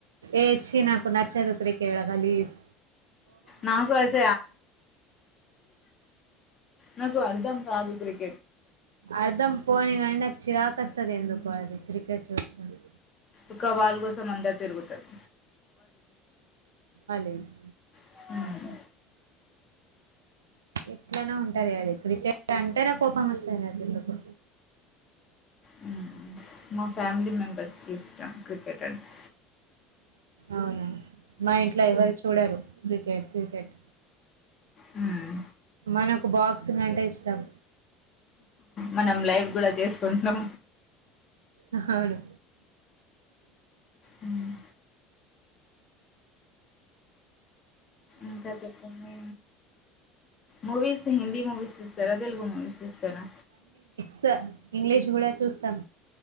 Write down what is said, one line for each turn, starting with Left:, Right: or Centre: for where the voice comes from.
Right: ఏ చ్చీ నాకు నచ్చదు క్రికెడ్ గాలీస్
Left: నాకు అస నాకు అర్ధం కాదు క్రికె
Right: అర్థం పోని కానీ నాకు చిరాకస్తది ఎందుకు అది క్రికెట్ చూస్తుంది
Left: ఒక బాల్ కోసం అందరూ తిరుగుతరు
Right: అలేస్
Left: దిస్
Right: ఇట్లానో ఉంటది అది క్రికెట్ అంటేనే కోపం వస్తుంది నాకు ఎందుకో
Left: హ్మ్. మా ఫ్యామిలీ మే బెస్ట్ ఇష్టం క్రికెట్ అంటె
Right: అవునా మా ఇంట్లో ఎవరి చూడరు క్రికెట్ క్రికెట్
Left: హ్మ్.
Right: మనకు బాక్సింగ్ అంటే ఇష్టం
Left: మనం లైఫ్ కూడా చేసుకుంటున్నాం
Right: అహా అవును
Left: హ్మ్. ఇంకా చెప్పండి మూవీస్ హిందీ మూవీస్ చూస్తారా తెలుగు మూవీస్ చూస్తారా
Right: స ఇంగ్లీష్ కూడా చూస్తాం